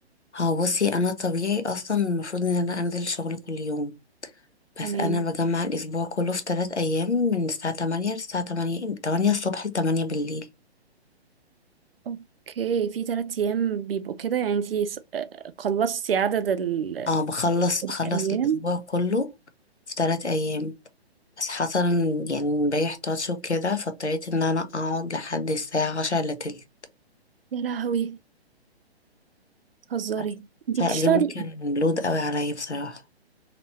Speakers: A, on the left; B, on the right.
A: هو بصي انا طبيعي اصلا المفروض ان انا انزل الشغل كل يوم بس
B: تمام
A: انا بجمع الاسبوع كله في ثلاث ايام من الساعة 8 للساعة 8 8 الصبح ل 8 بالليل
B: اوكي في تلات ايام بيبقوا كده يعني انتي س- آه، خلصتي عدد ال-
A: اه بخلص بخلص
B: الايام
A: الاسبوع كله في ثلاث ايام بس حصل إن- يعني امبارح تاتش وكده فاضطريت ان انا اقعد لحد الساعة عشرة الا تلت
B: يا لهوي هزاري
A: بس.
B: انتي
A: فاليوم
B: بتشتغلي
A: كان لود قوي عليا بصراحة